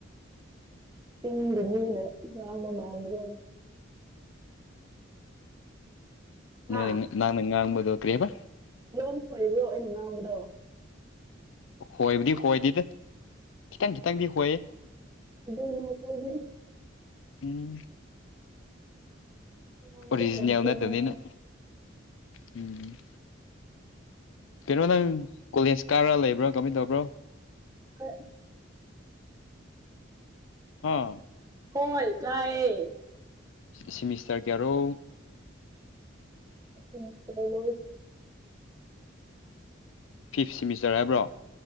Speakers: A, on the right (about 20°); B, on the left (about 75°).
A: ꯆꯤꯡꯃꯤꯒꯤ ꯃꯤꯅꯥ ꯉꯥꯡꯕ ꯃꯥꯟꯕꯔꯣ꯫
B: ꯅꯪꯅ
A: ꯑꯥ
B: ꯉꯡꯕꯗꯣ ꯀ꯭ꯔꯤꯕ
A: ꯂꯣꯟ ꯈꯣꯏꯕ꯭ꯔꯣ ꯑꯩꯩꯅ ꯉꯥꯡꯕꯗꯣ
B: ꯈꯣꯏꯕꯨꯗꯤ ꯈꯣꯏꯗꯤꯗ ꯈꯤꯇꯪ ꯈꯤꯇꯪꯗꯤ ꯍꯣꯏ
A: <unintelligible>
B: ꯎꯝ
A: ꯉꯥꯡꯕ
B: ꯑꯣꯔꯤꯖꯤꯅꯦꯜ
A: ꯍꯩꯇꯦꯅꯦ
B: ꯅꯥꯠꯇꯕꯅꯤꯅ ꯎꯝ ꯀꯩꯅꯣ ꯅꯪ ꯀꯣꯂꯦꯖ ꯀꯥꯔꯥ ꯂꯩꯕ꯭ꯔꯣ ꯀꯃꯥꯏ ꯇꯧꯕ꯭ꯔꯣ
A: ꯍꯣꯏ꯫
B: ꯍꯥ
A: ꯍꯣꯏ ꯀꯥꯏꯌꯦ
B: ꯁꯤꯃꯤꯁꯇꯔ ꯀꯌꯥꯔꯣ
A: <unintelligible>
B: ꯐꯤꯞ ꯁꯤꯃꯤꯁꯇꯔ ꯍꯥꯏꯕ꯭ꯔꯣ